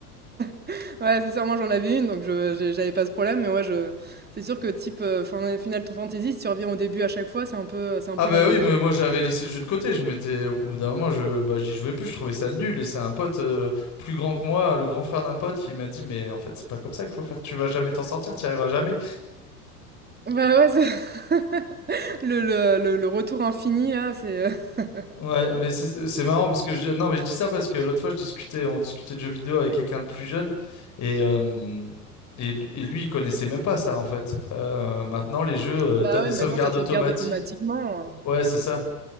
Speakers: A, on the right; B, on the left.
A: <laughs> Ouais, c'est sûr, moi j'en avais une, donc je j'ai- j'avais pas ce problème, mais ouais, je... c'est sûr que type euh, fin- Final Fantasy, si tu reviens au début à chaque fois, c'est un peu, c'est un
B: Ah
A: peu
B: bah
A: la mort,
B: oui, mais
A: quoi.
B: moi j'avais laissé le jeu de côté, je m'étais, au bout d'un moment, je, bah, j'y jouais plus, je trouvais ça nul, et c'est un pote euh, plus grand que moi, le grand frère d'un pote, qui m'a dit, mais en fait, c'est pas comme ça qu'il faut faire, tu vas jamais t'en sortir, t'y arriveras jamais.
A: Bah ouais, c'est- <laughs> le, le, le, le retour infini, là, c'est. <laughs>
B: Ouais, mais c'est c'est marrant parce que je, non, mais je dis ça parce que l'autre fois je discutais, on discutait de jeux vidéo avec quelqu'un de plus jeune et, euh, et, lui, et lui, il connaissait même pas ça en fait. Euh, maintenant les jeux,
A: Bah
B: euh, t'as des
A: ouais,
B: sauvegardes
A: maintenant ça sauvegarde
B: automatiques.
A: automatiquement. euh.
B: Ouais, c'est ça.